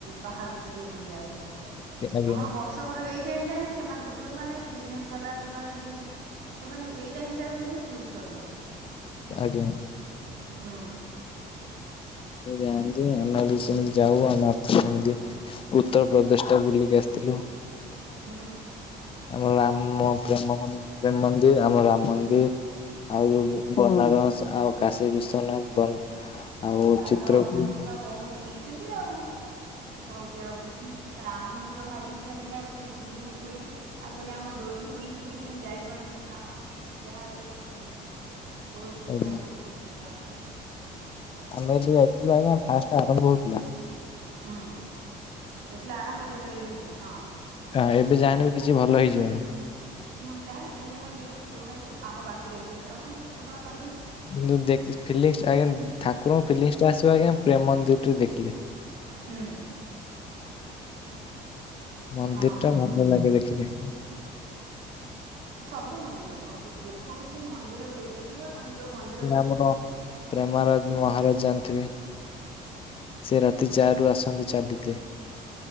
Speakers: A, on the right; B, on the left.
A: ବାହାରକୁ ଟିକେ ବୁଲିବା ପାଇଁ।
B: ଆଜ୍ଞା
A: ଆମର ବର୍ଷକର ଏଇ ଟାଇମ ଟା ହିଁ ସେମାନଙ୍କୁ ଯୋଉମାନେ ବିଜନେସ ବାଲା ଯୋଉମାନେ ଇଏ ସବୁ ସେମାନେ ଏଇ ଟାଇମ ଟାଇକୁ ହିଁ ଚୁଜ କରନ୍ତି।
B: ଆଜ୍ଞା।
A: ହୁଁ।
B: ସେ ଯାଆନ୍ତି ଆମେ ବି ସେମିତି ଯାଉ ଆମ ସେମିତି। ଉତ୍ତର ପ୍ର୍ରଦେଶ ଟା ବୁଲିକି ଆସିଥିଲୁ।
A: ହୁଁ।
B: ଆମ ରାମମ ପ୍ରେମ ମନ୍ଦିର ଆମ ରାମ ମନ୍ଦିର ଆଉ
A: ହୁଁ
B: ଯୋଉ ବନାରସ ଆଉ କାଶୀ ବିଶ୍ଵନାଥ ବ ଆଉ
A: ତାହେଲେ
B: ଚିତ୍ରକୁ
A: ତ ଅଧା ତିନି ବହୁତ ବୁଲିଛନ୍ତି ଆଉ ବହୁତ ଜାଗା ବୁଲିଛନ୍ତି ରାମ ମନ୍ଦିର ଭାରି ଇଛ ଥିଲା ଟିକେ ଯିବୁ ଯିବୁ ବୋଲି। ଆଉ କାଲି ଆମ ଡୋରି ହଉନି ସେଥିପାଇଁ ଯାଇପାରୁନୁ କିନ୍ତୁ ରାମ ମନ୍ଦିର ତ ଯାହାହଲେ ବି ଦିନେ ଯିବୁ। ବହୁତ ଇଚଛା
B: ଆଜ୍ଞା
A: ଅଛି ସେଠିକି ଯିବା ପାଇଁ।
B: ଆମେ ଏବେ ଯାଇଥିଲୁ ଆଜ୍ଞା ଫାଷ୍ଟଟା ଆରମ୍ଭ ହଉଥିଲା।
A: ହୁଁ ଯେତେବେଳେ ଆରମ୍ଭ ଯେତେବେଳେ ଇଏ ହେଇଥିଲା ହଁ।
B: ହ ଏବେ ଯାହାନେ ବି କିଛି ଭଲ ହେଇଯିବଣି।
A: ହୁଁାହେଲେ ସେମତି ଆପଣ ଯେଉ ଯଉୁା ସବୁ କାମ ବାକିହିଥିବ ସେଟାପଣ ସେ ପୂରଣ କରିବେି।
B: କିନ୍ତୁଖ ଫିଙ୍ଗ ଆଜ୍ଞା ଠାକୁରଙ୍କ ଫିଲିଙ୍ଗସ ଟା ଆସିବ ଆଜ୍ଞା ପ୍ରେମ ମନ୍ଦିର ରେ ଦେଖିଲେ।
A: ହୁଁ।
B: ମନ୍ଦିର
A: ହଁ
B: ଟା ଭଲ ଲାଗେ ଦେଖିତେ।
A: ସବୁ ମନ୍ଦିର ସବୁ ଯେକୌଣସି ମନ୍ଦିର ଦେଇ ଦେଇଥିବ। ତୋମେ ଯୋଉ ମନ୍ଦିର
B: ବଡ ପ୍ରେମାରାଜ ମହାରାଜ ଜାଣିଥିବେ? ସେ ରାତି ଚାରି ରୁ ଆସନ୍ତି ଚାଲିିତେ।